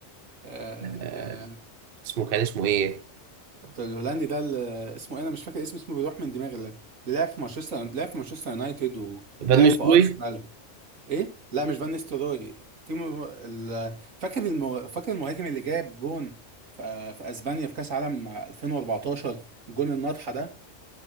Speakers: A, on the right; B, on the right.
A: آه،
B: آه،
A: آه،
B: اسمه كان اسمه إيه؟
A: الهولندي ده اللي اسمه ايه انا مش فاكر اسمه اسمه بيروح من دماغي اللي اللي لعب في مانشستر لعب في مانشستر يونايتد ولعب
B: فان نيستروي
A: في ارسنال ايه لا مش فان نيستلروي في م... ال... فاكر الم... فاكر المهاجم اللي جاب جون في... في اسبانيا في كاس عالم 2014 الجون الناطحه ده